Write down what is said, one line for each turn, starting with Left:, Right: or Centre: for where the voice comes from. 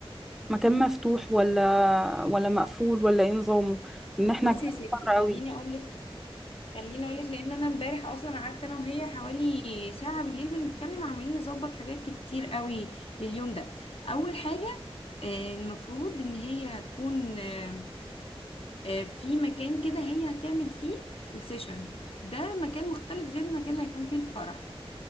Centre: مكان مفتوح ولا ولا مقفول ولا ايه نظامه ان احنا
Left: بصي يا ستي
Centre: حر قوي
Left: خليني اقولك خليني اقولك لان انا امبارح اصلا قعدت انا وهي حوالي ساعه بالليل بنتكلم عمالين نظبط حاجات كتير قوي لليوم ده اول حاجه آه، المفروض ان هي هتكون آه، آه، في مكان كده هي هتعمل فيه السيشن ده مكان مختلف غير المكان اللي هيكون فيه الفرح